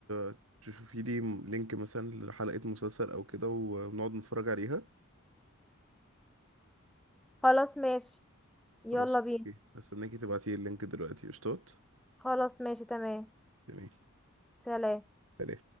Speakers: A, on the right (about 75°); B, in the centre.
A: أه تشوفي لي م- لينك مثلا لحلقة مسلسل او كده ونقعد نتفرج عليها
B: خلاص ماشي يلا
A: خلاص
B: بينا
A: اوكي هستناكي تبعتي اللينك دلوقتي قشطات
B: خلاص ماشي تمام
A: تمام
B: سلام
A: سلام.